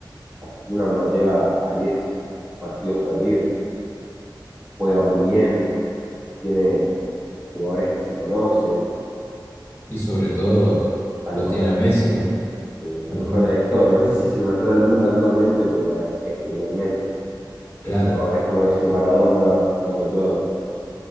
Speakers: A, on the right; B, on the left.
A: Argentina no llega a diez partidos perdidos. Juega muy bien, tiene jugadores que se conocen,
B: Y sobre todo
A: al
B: lo
A: mejor
B: tiene
A: del
B: a Messi,
A: mundo,
B: ¿no?
A: sí,
B: Ujú.
A: al mejor de la historia. No sé si es el mejor del mundo actualmente, pero es, es Lionel Messi.
B: Claro,
A: Es como, es como decir Maradona, Michael Jordan,